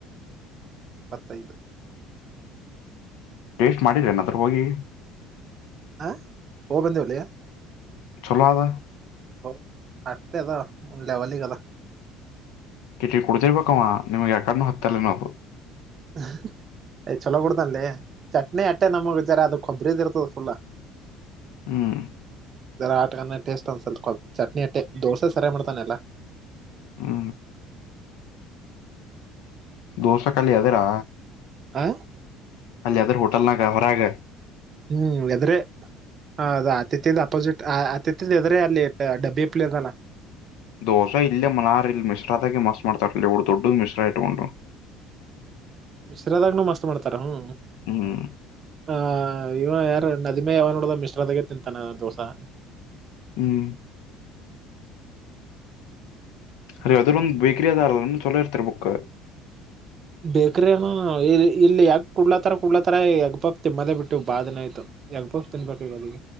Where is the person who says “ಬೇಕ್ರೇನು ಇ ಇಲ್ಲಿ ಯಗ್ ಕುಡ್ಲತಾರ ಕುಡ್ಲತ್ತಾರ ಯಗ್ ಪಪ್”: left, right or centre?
Right